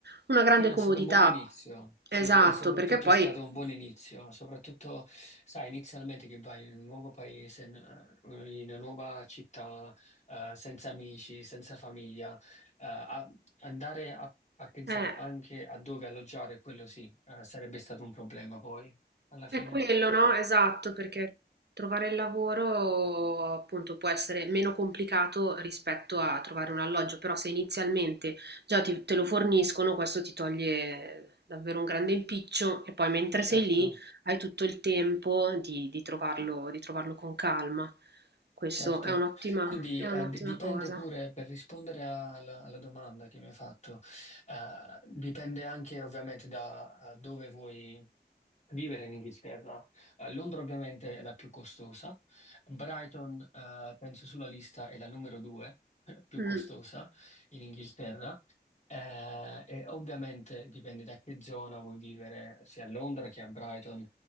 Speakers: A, on the right; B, on the left.
A: una grande
B: Sì, è
A: comodità.
B: stato un buon inizio, sì,
A: Esatto,
B: e e soprattutto
A: perché poi...
B: è stato un buon inizio, soprattutto, sai, inizialmente che vai in un nuovo paese, in eh, in una nuova città, eh, senza amici, senza famiglia, eh, a- andare a, a pensare
A: Eh,
B: anche a dove alloggiare, quello sì, eh, sarebbe stato un problema poi, alla fine,
A: È quello, no? Esatto, perché trovare il lavoro appunto può essere meno complicato rispetto a trovare un alloggio, però se inizialmente già ti- te lo forniscono, questo ti toglie davvero un grande impiccio e poi mentre
B: certo.
A: sei lì hai tutto il tempo di, di trovarlo, di trovarlo con calma. Questo
B: Certo,
A: è un'ottima,
B: quindi
A: è
B: eh,
A: un'ottima
B: d- dipende
A: cosa.
B: pure per rispondere alla, alla domanda che mi hai fatto, eh, dipende anche ovviamente da eh, dove vuoi. Vivere in Inghilterra. Eh, Londra ovviamente è la più costosa. Brighton, eh, penso sulla lista, è la numero due <laughs> più
A: Mm.
B: costosa in Inghilterra. Eh, e ovviamente dipende da che zona vuoi vivere, sia a Londra che a Brighton.